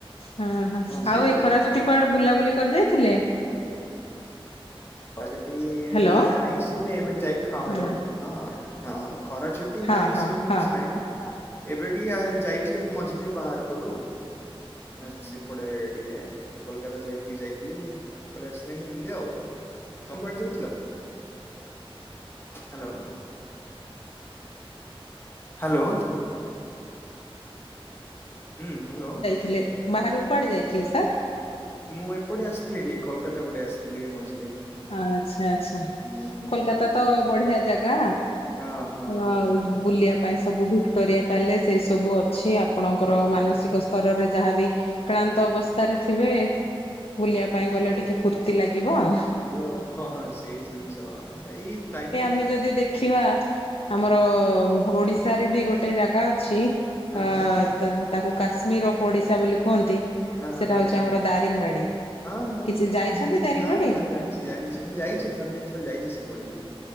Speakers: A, on the left; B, on the left.
A: ହଁ ହ
B: ସେ
A: ଆଉ ଏ
B: ସେ
A: ଖରା ଛୁଟି କୁଆଡେ ବୁଲାବୁଲି କରି ଯାଇଥିଲେ।
B: ଅଡିଟି
A: ହ୍ୟାଲୋ
B: ନାଇଁ ସେମିତି ଏବେ ଟି ଯାଇ
A: ହଁ
B: ଖରା ଛୁଟି
A: ହଁ
B: ନହିଁ
A: ହଁ
B: ସେମିତି
A: ହଁ
B: କିଛି ନହିଁ ଏବେ ଟିକେ ଯାଇଥିଲି ମଝିରେ ବାହାରକୁ ଆଉ ନା ସେପଟେ ଟିକେ କୋଲକାତା ସାଇଡ୍ ଟିକେ ଯାଇଥିଲି ପଳେଇ ଆସିଲିଣିି ଏମ୍ତି ଆଉ। ତମ ପଟେ ଯାଇଥିଲା? ହାଲୋ। ହାଲୋ। ହୁଁ, ହ୍ୟାଲୋ।
A: ଥିଲେ ବାହାରୁ କୁ କୁଆଡ଼େ ଯାଇଥିଲେ ସାର୍?
B: ମୁଁ ଏପଟେ ଆସିଥିଲି ଟିକେ କୋଲକାତା ପଟେ ଆସିଥିଲି ମଝିରେ।
A: ଆଚ୍ଛା ଆଚ୍ଛା
B: ହୁଁ
A: କୋଲକାତା
B: ହୁଁ।
A: ତ ବଢିଆ ଜାଗା।
B: ହଁ ହଁ
A: ଆ ବୁଲିବା ପାଇଁ ସବୁ ଭିକ୍ଟୋରିଆ ପ୍ୟାଲେସ ଏଇ ସବୁ ଅଛି ଆ ଆପଣଙ୍କର
B: ହଁ।
A: ମାନସିକ ସ୍ତରରେ ଯାହାବି କ୍ଳାନ୍ତ ଅବସ୍ଥାରେ ଥିବେ ବୁଲିବା ପାଇଁ ଗଲେ ଟିକେ ଫୁ ତ୍ତି ଲାଗିବ ଆଉ।
B: ହଁ ହଁ ସେଇ ଜିନିଷ ହଁ ଏଇ ଟାଇମ।
A: ଆମ ଯଦି ଦେ ଦେଖିବା ଆମର ଓଡିଶାରେ ବି ଗୋଟେ ଜାଗା ଅଛି
B: ହଁ
A: ଅ
B: ହଁ
A: ତ ତାକୁ କାଶ୍ମୀର ଅଫ୍ ଓଡିଶା ବୋଲି କୁହନ୍ତି।
B: ହଁ ହଁ
A: ସେଟା
B: ହଁ
A: ହଉଛି
B: ହଁ।
A: ଆମର ଦାରିଙ୍ଗବାଡି
B: ହଁ ହଁ
A: କିଛି
B: ହଁ
A: ଯାଇଛନ୍ତି
B: ହଁ ମୁଁ
A: ଦାରିଙ୍ଗବାଡି?
B: ହଁ ହଁ ଜାଣିଛି ଜାଣିଛି ମୁଁ ଯାଇଛି ଥର ଦିଥରେ ଯାଇଛି ସେପଟେବି